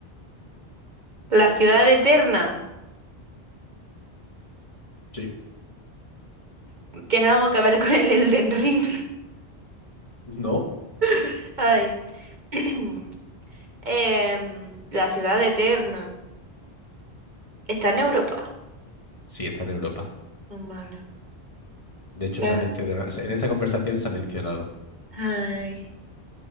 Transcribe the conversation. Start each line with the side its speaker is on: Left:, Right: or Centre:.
Right: La ciudad eterna.
Left: Sí.
Right: Tiene algo que ver con el Elden Ring.
Left: No,
Right: <laughs> Ay. <clears throat> Em, la ciudad eterna. Está en Europa.
Left: Sí, está en Europa.
Right: Normal.
Left: De hecho,
Right: La,
Left: se ha mencionado, en esta conversación se ha mencionado.
Right: ay.